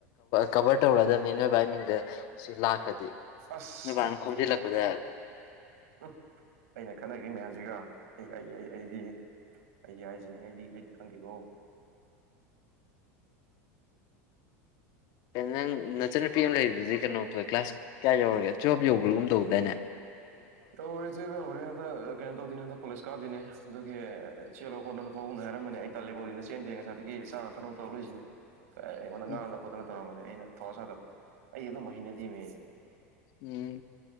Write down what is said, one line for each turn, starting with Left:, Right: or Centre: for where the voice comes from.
Left: ꯀꯕꯔ ꯇꯧꯔꯛꯑꯗꯕꯅꯤ ꯅꯣꯏ ꯚꯥꯏ ꯃꯤꯡꯗ ꯁꯤ ꯂꯥꯛꯈ꯭ꯔꯗꯤ
Right: ꯑꯁ
Left: ꯅꯣꯏꯕꯥꯅ ꯈꯣꯝꯖꯤꯜꯂꯛꯄꯗ
Right: ꯑꯦ ꯎꯝ ꯑꯩꯅ ꯈꯟꯅꯈ꯭ꯔꯤ ꯃꯌꯥꯝꯁꯤꯒ ꯑꯩ ꯑꯩ ꯑꯩ ꯑꯩꯗꯤ ꯑꯩꯗꯤ ꯍꯥꯏꯁꯤꯅꯤ ꯑꯩꯗꯤ ꯑꯩꯗꯤ ꯈꯪꯗꯦꯀꯣ
Left: ꯅꯪ ꯅꯆꯟꯅꯨꯄꯤ ꯑꯃ ꯂꯩꯕꯗꯨꯗꯤ ꯀꯩꯅꯣ ꯀ꯭ꯂꯥꯁ ꯀꯌꯥ ꯌꯧꯔꯒꯦ ꯇꯨꯋꯜꯕ ꯌꯧꯕ꯭ꯔꯥꯒꯨꯝ ꯇꯧꯕꯗꯥꯏꯅꯦ
Right: ꯔ ꯏꯆꯦ ꯍꯧꯔꯦ ꯀꯩꯅ ꯇꯧꯗꯅꯗ ꯀꯣꯂꯦꯖ ꯀꯥꯗꯣꯏꯅꯦ ꯑꯗꯨꯒꯤ ꯆꯦꯜꯂꯣ ꯈꯣꯠꯂꯣꯅ ꯄꯥꯕꯨꯡꯅ ꯍꯥꯏꯔꯝꯕꯅꯦ ꯑꯩ ꯇꯥꯜꯂꯦꯀꯣꯗꯤꯅ ꯆꯦꯟꯗꯦ ꯉꯁꯥꯏꯗꯒꯤ ꯆꯥꯅ ꯊꯛꯅꯕ ꯇꯧꯔ ꯂꯩꯏꯁꯤꯅꯦ ꯉꯥꯡ
Left: ꯎꯝ
Right: ꯈꯨꯅ ꯇꯧꯔꯕꯅꯦ ꯑꯩꯅ ꯊꯧꯑ ꯁꯥꯗꯕ ꯑꯩ ꯑꯗꯨꯝꯕ ꯍꯩꯅꯗꯦꯃꯦ ꯑꯩ
Left: ꯎꯝ